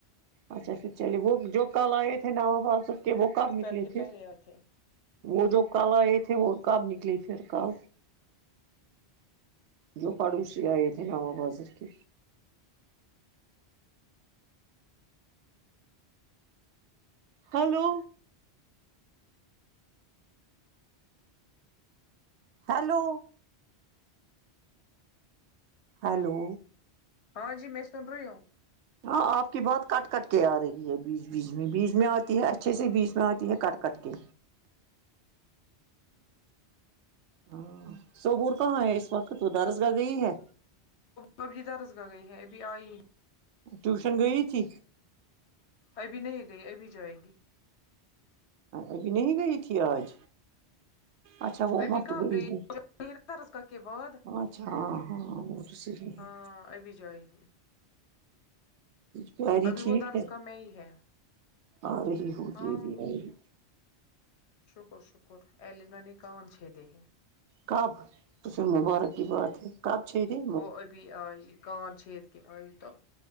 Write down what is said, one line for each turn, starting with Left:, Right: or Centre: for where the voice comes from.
Right: اچھا اچھا چلیے وہ جو کل آئے تھے نوبادب کے وہ کب
Left: دوپہر
Right: نکلے
Left: کے
Right: پھر
Left: پہلے آئے تھے
Right: وہ جو کل آئے تھے وہ کب نکلی پھر کل جو پڑوسی آئے تھے نہ وہ بازر کے ہیلو ہیلو ہیلو
Left: ہاں جی میں سن رہی ہوں
Right: ہاں آپ کی بات کٹ کٹ کے آ رہی ہے بیچ بیچ میں بیچ میں آتی ہے اچھے سے بیچ میں آتی ہے کٹ کٹ کے ہاں سبور کہاں ہے اس وقت وہ درس گاہ گئی ہے
Left: وہ بھی د رس گاہ گئی ہے ابھی آئی
Right: ٹیوشن گئی تھی
Left: ابھی نہیں گئی ابھی جائے گی
Right: ابھی نہیں گئی تھی آج اچھا وہ
Left: ابھی
Right: م
Left: کہاں
Right: تو گی
Left: گئی
Right: ہے
Left: درس گاہ کے بعد
Right: اچھا اں ہاں وہ تو صحیح
Left: ہاں
Right: ہے
Left: ابھی جائے گی
Right: پیاری
Left: ابھی
Right: ٹھیک
Left: وہ درس
Right: ہے
Left: گاہ میں ہی ہے
Right: آ رہی ہو
Left: ہاں
Right: گی ا بھی آئیگی
Left: شکر شکر ایلینا نےکان چھیدے ہے
Right: کب قسل مبارک کی بات ہے کب چھیدے
Left: وہ ابھی آئی کان چھیید کے آئی تو